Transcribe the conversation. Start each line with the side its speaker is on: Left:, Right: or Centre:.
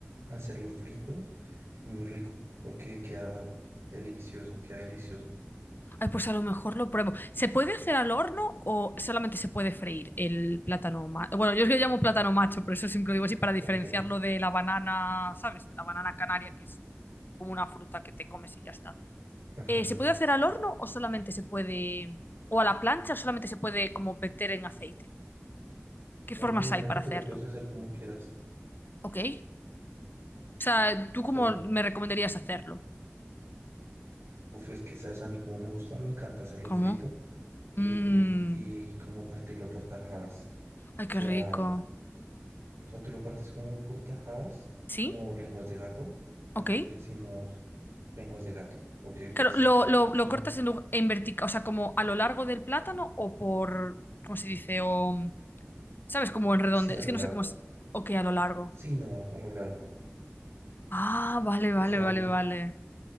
Right: hacerlo frito es muy rico porque queda delicioso, queda delicioso.
Left: Ay, pues a lo mejor lo pruebo. ¿Se puede hacer al horno o solamente se puede freír el plátano macho? Bueno, yo es que lo llamo plátano macho, por eso siempre lo digo así, para diferenciarlo
Right: Ok.
Left: de la banana, ¿sabes? De la banana canaria, que es como una fruta que te comes y ya está.
Right: <laughs>
Left: Eh, ¿se puede hacer al horno o solamente se puede, o a la plancha o solamente se puede como meter en aceite? ¿Qué
Right: No,
Left: formas
Right: pues mira
Left: hay para
Right: que tú
Left: hacerlo?
Right: lo puedes hacer como quieras.
Left: Ok. O sea, ¿tú cómo
Right: O sea,
Left: me recomendarías hacerlo?
Right: uf, es que sabes a mí como me gusta, me encanta hacerlo
Left: ¿Cómo?
Right: frito y,
Left: Mm.
Right: y como partirlo por tajadas.
Left: Ay,
Right: O
Left: qué
Right: sea,
Left: rico.
Right: o sea, tú lo partes como por tajadas,
Left: ¿Sí?
Right: como lenguas de gato. Aquí
Left: Ok.
Right: le decimos lenguas de gato porque pues
Left: Claro, ¿lo, lo-
Right: es
Left: lo
Right: una,
Left: cortas en, lu- en vertical, o sea, como a lo largo del plátano o por, ¿cómo se dice? O, ¿sabes? Como en redondo.
Right: sí,
Left: Es
Right: a lo
Left: que no
Right: largo.
Left: sé cómo es. Ok, a lo largo.
Right: Sí, no, a lo largo.
Left: Ah, vale, vale,
Right: O sea,
Left: vale,
Right: n-
Left: vale.